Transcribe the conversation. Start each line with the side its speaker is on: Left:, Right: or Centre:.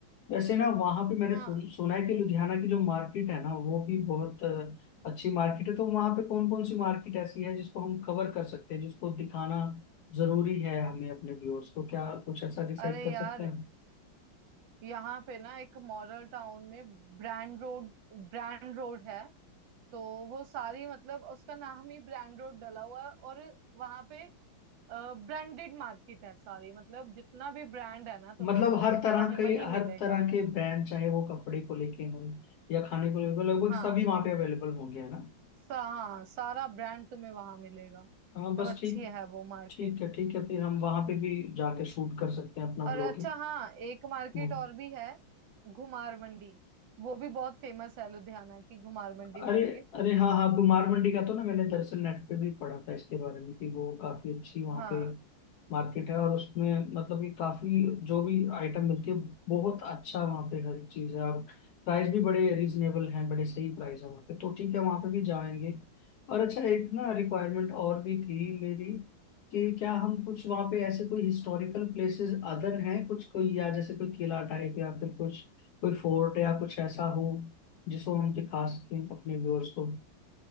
Left: वैसे ना वहाँ पे मैंने
Right: हाँ
Left: सुन, सुना है कि लुधियाना की जो मार्केट है ना वो भी बहुत अ, अच्छी मार्केट है तो वहाँ पे कौन कौन सी मार्केट ऐसी है जिसको हम कवर कर सकते हैं जिसको दिखाना जरूरी है हमें अपने व्यूअर्स को क्या कुछ ऐसा डिसाइड
Right: अरे
Left: कर
Right: यार
Left: सकते हैं हम?
Right: यहाँ पे ना एक मॉडल टाउन में ब्रांड रोड ब्रांड रोड है तो वो सारी मतलब उसका नाम ही ब्रांड रोड डला हुआ है और वहां पे ब्रांडेड मार्केट है सारी मतलब जितना भी ब्रांड है ना तुम्हें
Left: मतलब हर तरह
Right: वही
Left: के
Right: वही
Left: हर
Right: मिलेगा
Left: तरह के ब्रांड चाहे वो कपड़े को लेके हों या खाने को लेके लगभग
Right: हाँ
Left: सभी वहाँ पे अवेलेबल होंगे है ना
Right: सा, हाँ सारा ब्रांड तुम्हें वहां मिलेगा
Left: हाँ बस
Right: तो अच्छी
Left: ठीक
Right: है वो मार्केट
Left: ठीक है ठीक है फिर हम वहां पे भी जाके शूट कर सकते हैं अपना
Right: और
Left: ब्लॉगिंग
Right: अच्छा हाँ एक मार्केट
Left: हम्म।
Right: और भी है घुमार मंडी वो भी बहुत फेमस है लुधियाना की घुमार मंडी
Left: अरे
Right: मार्केट
Left: अरे हाँ हाँ कुमार मंडी का तो ना मैंने दरअसल नेट पे भी पढ़ा था इसके बारे में कि वो काफी अच्छी वहाँ
Right: हाँ
Left: पे मार्केट है और उसमें मतलब कि काफी जो भी आइटम मिलती है बहुत अच्छा वहाँ पे हर एक चीज है और प्राइस भी बड़े रीजनेबल हैं बड़े सही प्राइस है वहाँ पे तो ठीक है वहाँ पे भी जाएंगे और अच्छा एक ना रिक्वायरमेंट और भी थी मेरी कि क्या हम कुछ वहाँ पे ऐसे कोई हिस्टोरिकल प्लेसेस अदर हैं कुछ कोई या जैसे कोई किला टाइप या फिर कुछ कोई फोर्ट या कुछ ऐसा हो जिसको हम दिखा सकें अपने व्यूअर्स को